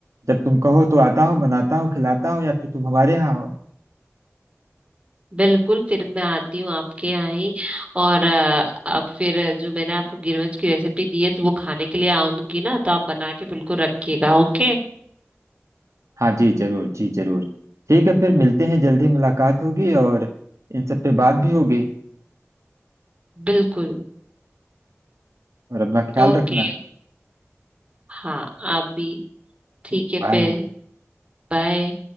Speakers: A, on the right; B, on the right.
A: जब तुम कहो तो आता हूँ बनाता हूँ खिलाता हूँ या फिर तुम हमारे यहाँ हो
B: बिल्कुल फिर मैं आती हूँ आपके यहाँ ही और अ, अब फिर जो मैंने आपको गिरवच की रेसिपी दी है तो वो खाने के लिए आऊंगी ना तो आप बना के बिल्कुल रखिएगा ओके
A: हाँ जी जरूर जी जरूर ठीक है फिर मिलते हैं जल्दी मुलाकात होगी और इन सब पे बात भी होगी
B: बिल्कुल
A: और अपना ख्याल
B: ओके
A: रखना
B: हाँ आप भी ठीक
A: जी
B: है
A: बाय
B: फिर बाय